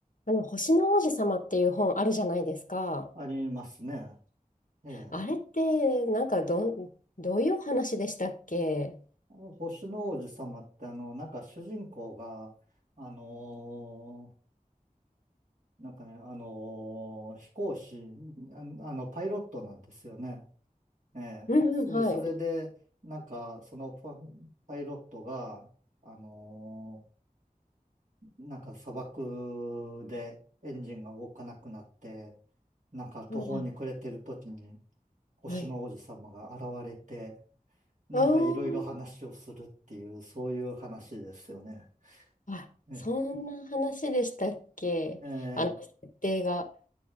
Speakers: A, on the left; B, on the right.
A: あの、星の王子様っていう本あるじゃないですか。
B: ありますね。ええ。
A: あれって、なんかどん、どういうお話でしたっけ
B: 星の王子様ってあの、なんか主人公が、あのーなんかね、あのー飛行士、あ、あの、パイロットなんですよね。ええ。
A: うんうん、
B: そそれで、
A: はい。
B: なんか、そのパ、パイロットが、あのーなんか砂漠でエンジンが動かなくなって、なんか途方に暮れてる時に、
A: うん
B: 星の王子様が現れて、
A: はい。
B: なんかいろいろ話をするっていう、
A: あー
B: そういう話ですよね。
A: あ、
B: ね
A: そんな話でしたっけあの、
B: ええ、
A: 設定が。